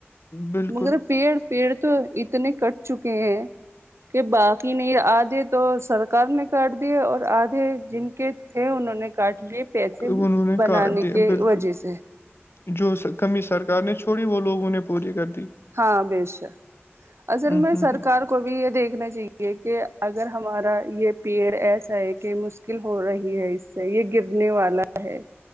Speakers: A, on the left; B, on the right.
A: بالکل
B: مگر پیڑ پیڑ تو اتنے کٹ چکے ہیں کہ باقی نہیں آدھے تو سرکار نے کاٹ دیے اور آدھے جن کے تھے انہوں نے کاٹ لیے پیسے
A: انہوں نے
B: بنانے
A: کاٹ دیا
B: کی
A: بالکل
B: وجہ سے
A: جو کمی سرار نے چھوڑی وہ لوگ انہیں پوری کر دی
B: ہاں بیش اصل
A: ہوں
B: میں
A: ہوں
B: سرکار
A: ہوں
B: کو بھی یہ دیکھنا چاہیے کہ اگر ہمارا یہ پیڑ ایسا ہے کہ مک مکل ہو رہی ہے اس سے یہ گرنے والا ہے